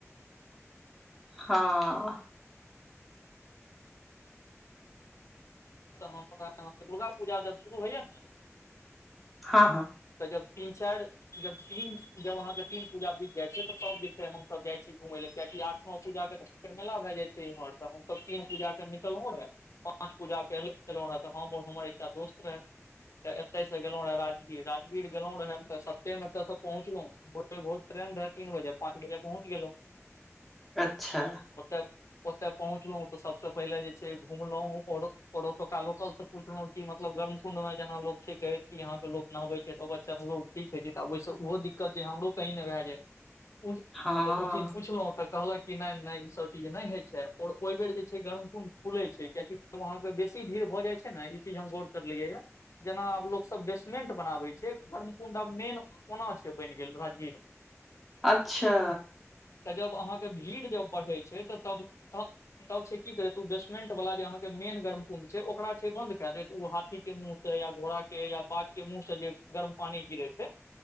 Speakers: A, in the centre; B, on the left (about 70°).
A: हँऽऽ
B: तऽ हमरा अहाँकेँ दुर्गापूजा जब शुरू होइए नै
A: हँ-हँ
B: तैऔ तीन-चैर जब तीन जब अहाँकेँ तीन पूजा बीत जाइ छै तऽ तब सब जे छै हम सभ जाइ छी घुमय लेल किएकि आठ- नओ पूजाकेँ तऽ मेला भए जाइ छै इमहर तऽ हमसभ तीन पूजाकेँ निकलहुँ पाँच पूजा कऽ चलैत एलौंहें तऽ हम आ हमर एकटा दोस्त रैहै तऽ एतय से गेलौ रहै राजगीर, राजगीर गेलौं रहे तऽ सस्ते मे एतय से पहुँचलहुँ। भोेरे-भोर त्रेन रहै तीन बजे पाँच बजे पहुँच गेलौ।
A: अच्छा।
B: ओतय ओतय पहुँचलहुँ तऽ सभसँ पहिले जे छै घुमलहुँ और और ओतुका लोकलसँ पूछलहुँ कि मतलब गर्मकुंड मे जेना लोक छै कि यहाँ के लोक नहबै <unintelligible> मे रोग ठीक होइ छै त आब ओइ से ओहो दिक्कत जे हमरो कहीं ने भे जे। ऊंज
A: हँ
B: तऽ ऊ चीज पुछलहुँ तऽ कहलक कि नय-नय ई सब चीज नय होय छै आओर ओइ बेर जे छै गर्मकुंड खुले छै कियेकि वहां तऽ बेसी भीड़ भऽ जाइ छै ने ई चीज हम गौर करलियै ये? जेना आब लोकसब बेसमेंट बनाबै छै गर्मकुंड आब मेन। ओना छै बनि गेल राजगीर मे।
A: अच्छा!
B: तऽ जब अहाँके भीड़ जब बढ़ै छै तऽ तब ओत तब से की करै तऽ उ बेसमेंट बला जे अहाँके मेन गर्मकुण्ड छै, ओकरा छै बंद के देत उ हाथी के मुंह से या घोड़ा के या बाघ के मुँह से जे गर्म पानी गिरै छै